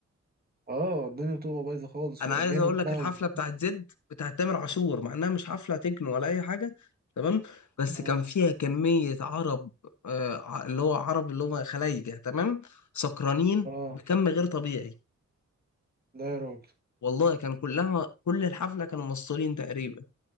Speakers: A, on the right (about 30°); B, on the left (about 75°).
A: اه الدنيا بتبقى بايظه خالص
B: انا
A: واجانب
B: عايز اقول لك
A: بقى
B: الحفله
A: و...
B: بتاعت زد بتاعت تامر عاشور مع انها مش حفله تكنو ولا اي حاجه تمام بس
A: اه
B: كان فيها كميه عرب آه ع- اللي هو عرب اللي هم خلايجه تمام سكرانين
A: اه
B: بكم غير طبيعي
A: لا يا راجل
B: والله كان كلها كل الحفله كانوا مسطولين تقريبا